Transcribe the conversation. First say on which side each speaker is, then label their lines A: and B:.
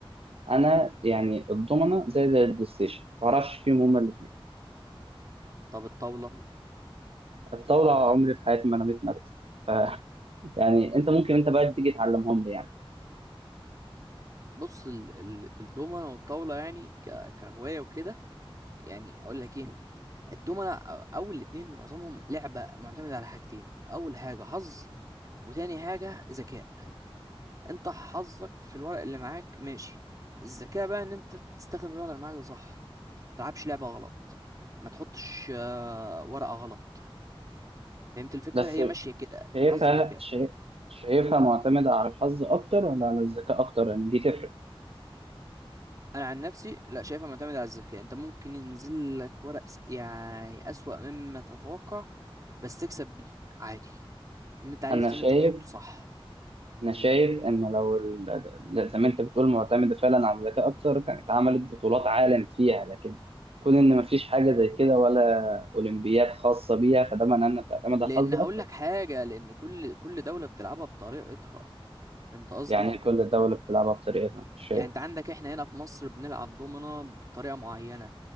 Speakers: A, on the right (about 80°); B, on the right (about 40°).
A: انا يعني الضمنة زي زي البلاي ستيشن ما بعرفش فيهم هما الاثنين
B: طب الطاولة
A: الطاولة عمري في حياتي ما رميت نرد ف <laughs> يعني انت ممكن انت بقى تيجي تعلمهم لي يعني
B: بص ال ال الدومنة والطاولة يعني ك كهواية وكده يعني اقول لك ايه الدومنة أو- اول الاتنين معظمهم لعبة معتمدة على حاجتين اول حاجة حظ وتاني حاجة ذكاء انت حظك في الورق اللي معاك ماشي الذكاء بقى ان انت تستخدم الورق اللي معاك ده صح ما تلعبش لعبة غلط ما تحطش آه، ورقة غلط فهمت الفكرة
A: بس
B: هي ماشية كده
A: شايفها
B: حظ وذكاء
A: شايف شايفها معتمدة على الحظ أكتر ولا على الذكاء أكتر لأن دي تفرق
B: انا عن نفسي لا شايفها معتمدة على الذكاء انت ممكن ينزل لك ورق س- يعني اسوأ مما تتوقع بس تكسب بيه عادي ان انت عرفت
A: أنا شايف
B: ان انت تحطه صح
A: أنا شايف إن لو ال- زي ما أنت بتقول معتمدة فعلا على الذكاء أكتر كانت عملت بطولات عالم فيها لكن كون إن مفيش حاجة زي كده ولا أولمبياد خاصة بيها فده معناه إنها بتعتمد على
B: لان
A: الحظ
B: هقول
A: أكتر
B: لك حاجة لان كل كل دولة بتلعبها بطريقتها فهمت قصدي
A: يعني كل دولة بتلعبها بطريقتها مش شايف
B: يعني انت عندك احنا هنا في مصر بنلعب دومنة بطريقة معينة